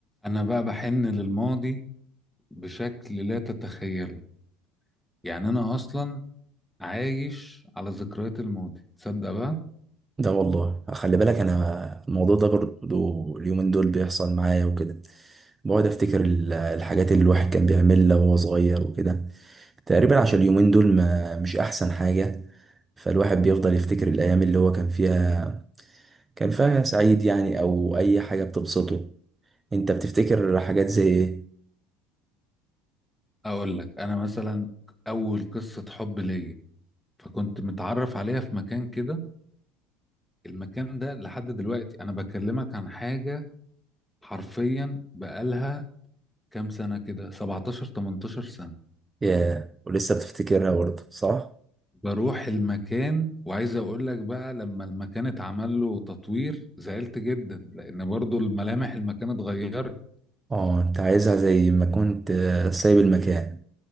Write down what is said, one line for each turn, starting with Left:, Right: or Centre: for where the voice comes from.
Centre: انا بقى بحن للماضي بشكل لا تتخيله يعني انا اصلا عايش على ذكريات الماضي تصدق بقى
Right: ده والله خلي بالك انا الموضوع ده برضو اليومين دول بيحصل معايا وكده بقعد افتكر ال- الحاجات اللي الواحد كان بيعملها وهو صغير وكده تقريبا عشان اليومين دول ما مش احسن حاجة فالواحد بيفضل يفتكر الايام اللي هو كان فيها كان فيها سعيد يعني او اي حاجة بتبسطه انت بتفتكر حاجات زي ايه
Centre: اقول لك انا مثلا اول قصة حب ليا فكنت متعرف عليها في مكان كده المكان ده لحد دلوقتي انا بكلمك عن حاجة حرفيا بقالها كام سنة كده 17 18 سنة
Right: ياه ولسه بتفتكرها برضه صح
Centre: بروح المكان وعايز اقول لك بقى لما المكان اتعمل له تطوير زعلت جدا لان برضو الملامح المكان اتغيرت
Right: اه انت عايزها زي ما كنت آه، سايب المكان